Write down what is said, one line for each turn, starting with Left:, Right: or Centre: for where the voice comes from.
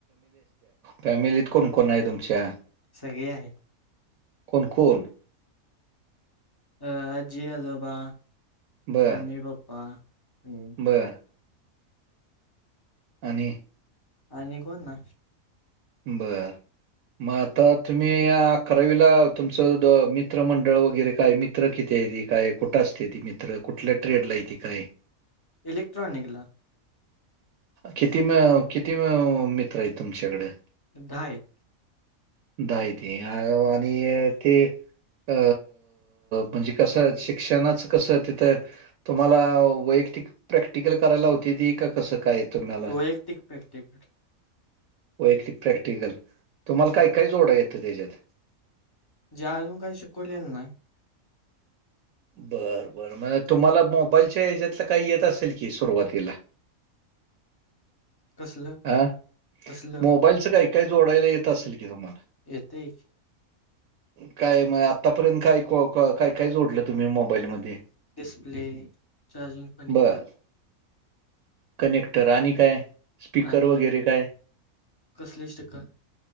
Right: फॅमिलीत कोण कोण आहेत तुमच्या
Left: सगे आहेत
Right: कोणकण.
Left: अ आजी आजोबा
Right: बर
Left: मम्मी पप्पा हम्म.
Right: बर आणि
Left: आणि कोण ना
Right: बर मग आता तुम्ही अकरावीला तुमचं मित्र मंडळ वगैरे काय मित्र मित्र किती आहेत? काय? कुठं असतात? ते मित्र कुठल्या ट्रेड ला आहेत? ते काय?
Left: इलेक्ट्रॉनिक
Right: किती मित्र आहेत तुमच्याकडे
Left: दहा आहेत
Right: दे ते आणि ते अ म्हणजे कसं शिक्षणाचं कसं तिथं तुम्हाला वैयक्तिक प्रॅक्टिकल करायला होती? का कसं काय? तुम्हाला?
Left: वैयक्तिक प्रॅक्टिकल
Right: वैक्तिक प्रॅक्टिकल तुम्हाला काय काय जोडा त्याच्यात
Left: अजून काही शिकवलेल नाही
Right: बर बर तुम्हाला मोबाईलच्या यातल काही येत असेल की सुरुवातीला
Left: कसलं
Right: हं
Left: कसलं
Right: मोबाईलचं काही काय जोडायला येत असेल कि तुम्हाला?
Left: येते
Right: काय मग. आतापर्यंत काय काय काय जोडलं तुम्ही मोबाईल मध्ये?
Left: डिस्प्ले चार्जिंग कनेक्टर
Right: बरं कनेक्टर आणी का आहे स्पीकर
Left: आणि
Right: वगैरे काय?
Left: कसले स्टिकर